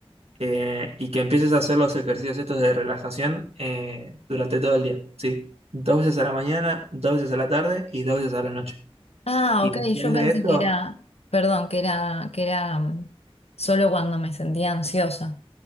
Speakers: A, on the right; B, on the left.
A: eh, y que empieces a hacer los ejercicios estos de relajación eh, durante todo el día, ¿sí? Dos veces a la mañana, dos veces a la tarde y dos veces a la noche.
B: Ah,
A: Y
B: ok,
A: después
B: yo pensé
A: de esto,
B: que era... Perdón, que era, que era mm, solo cuando me sentía ansiosa.